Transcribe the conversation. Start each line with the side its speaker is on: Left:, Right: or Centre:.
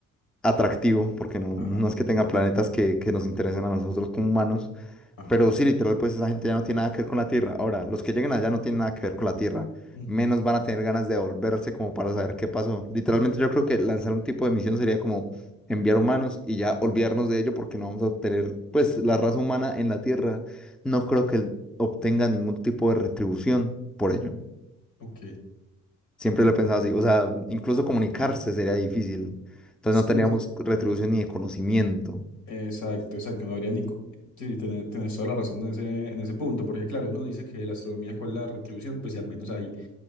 Centre: atractivo porque no,
Left: Ajá,
Centre: no es que tenga planetas que, que nos interesen a nosotros como humanos.
Left: ajá.
Centre: Pero sí, literal, pues esa gente ya no tiene nada que ver con la tierra. Ahora, los que lleguen allá no tienen nada que ver con la tierra.
Left: ujú,
Centre: Menos van a tener ganas de volverse como para saber qué pasó. Literalmente yo creo que lanzar un tipo de misión sería como enviar humanos y ya olvidarnos de ello porque no vamos a obtener, pues la raza humana en la tierra no creo que obtenga ningún tipo de retribución por
Left: ujú,
Centre: ello.
Left: Ok.
Centre: Siempre lo he pensado así. O sea, incluso comunicarse sería difícil. Entonces
Left: Sí,
Centre: no teníamos
Left: exacto.
Centre: retribución ni de conocimiento.
Left: Exacto, exacto, no habría ni... co- Sí, tenés, tenés toda la razón en ese, en ese punto, porque claro, uno dice que la astronomía, ¿cuál es la retribución? Pues si al menos hay